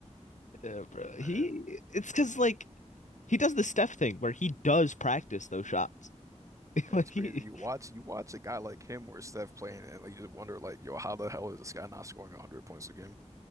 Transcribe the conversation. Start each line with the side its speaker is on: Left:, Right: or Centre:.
Left: Yeah, bro. He
Right: Yeah, man,
Left: it's because like he does the Steph thing where he does practice those shots. <laughs>
Right: yeah,
Left: Like
Right: it's
Left: he,
Right: crazy. You watch you watch a guy like him or Steph playing and like you just wonder like, yo, how the hell is this guy not scoring 100 points a game?